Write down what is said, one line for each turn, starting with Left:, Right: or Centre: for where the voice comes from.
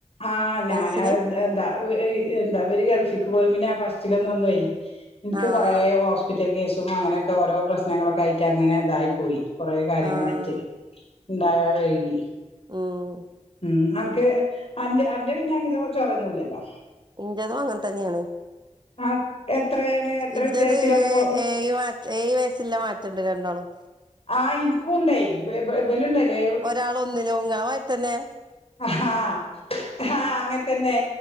Left: ആഹ് ഞാന്
Right: വയസിന്
Left: അത് അത് എന്താ. എന്താ ഇവര് ഗൾഫ്ക്ക് പോയി. പിന്നെ ഫസ്റ്റിലൊന്നേ ഒന്നേയ് എനിക്ക്
Right: ആഹ്
Left: കൊറെ ഹോസ് പിറ്റൽ കേസും അങ്ങനെയൊക്കെ ഓരോ പ്രശ്നങ്ങളൊക്കെ ആയിട്ട് അങ്ങനെ ഇതായി പോയി. കുറെ കാര്യങ്ങളായിട്ട്.
Right: ആഹ്
Left: ഉണ്ടാകാൻ വൈകി.
Right: ഓഹ്
Left: ഉം അനക്ക് അന്റെ അന്റെ പിന്നെ അങ്ങനത് ചൊറയൊന്നൂല്ലല്ലോ.
Right: ഇൻ്റെതും അങ്ങനെ തന്നെയാണ്.
Left: ആ എത്രയാണ് എത്ര
Right: ഇൻഡത്
Left: വ്യത്യാസത്തിലാണിപ്പോ
Right: ത് ഏ ഏ മാ ഏ വയസ്സല്ല മാറ്റണ്ട് രണ്ടോളും
Left: ആഹ് ഇനിക്കുംണ്ടായി ബലുണ്ടല്ലേ
Right: ഒരാള ഒന്നിലുംങ്ങളമാരി തന്നെ
Left: ആഹ് ആഹ് അങ്ങനെ തന്നെ